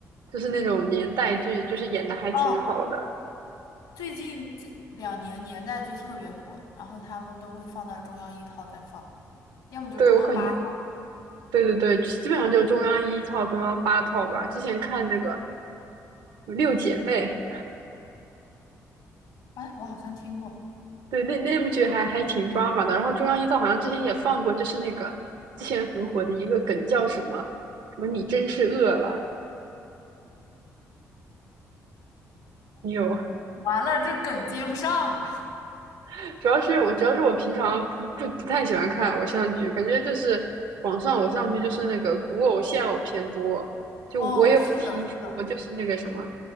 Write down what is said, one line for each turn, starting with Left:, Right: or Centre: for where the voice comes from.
Right: 就是那种年代剧，就是演的还挺好的。
Left: 哦，最近这两年年代剧特别火，然后他们都会放到中央一套再放，要么就中央八套。
Right: 对，我感觉，对对对，基本上就是中央一套、中央八套吧。之前看那个《六姐妹》，
Left: 哎，我好像听过。
Right: 对，那那部剧还还挺抓马的。然后中央一套好像之前也放过，就是那个之前很火的一个梗叫什么什么“你真是饿了”，你有？
Left: 完了，这梗接不上。<laughs>
Right: <laughs> 主要是我主要是我平常不不不太喜欢看偶像剧，感觉就是网上偶像剧就是那个古偶现偶偏多。就我有听说，
Left: 哦，是的，是的。
Right: 就是那个什么